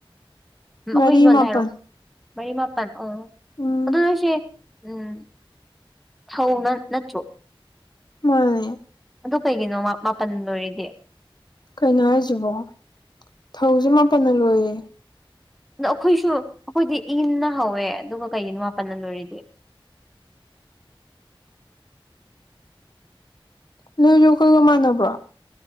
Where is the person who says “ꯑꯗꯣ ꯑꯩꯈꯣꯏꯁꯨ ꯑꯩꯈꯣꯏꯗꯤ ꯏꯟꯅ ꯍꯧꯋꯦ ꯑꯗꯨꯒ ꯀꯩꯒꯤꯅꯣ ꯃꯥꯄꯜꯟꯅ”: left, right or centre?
Centre